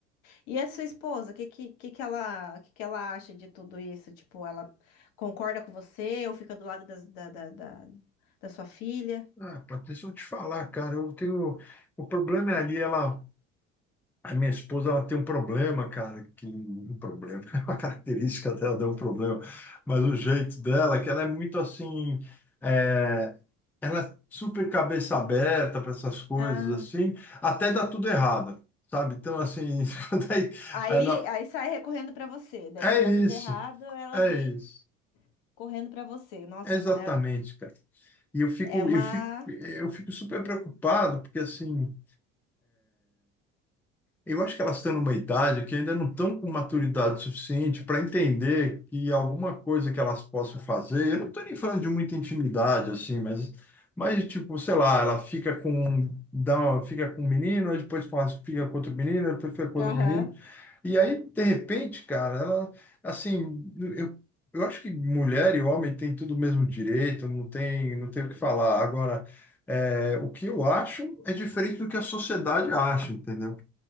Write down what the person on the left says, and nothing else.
E a sua esposa, o que, que, que, que ela, que, que ela acha de tudo isso? Tipo, ela concorda com você ou fica do lado das- da, da, da, da sua filha?
Ah,
Aí,
aí sai recorrendo pra você. Daí,
quando dá
tudo errado, ela
vem
correndo pra você. Nossa,
é uma.
É uma...
Aham.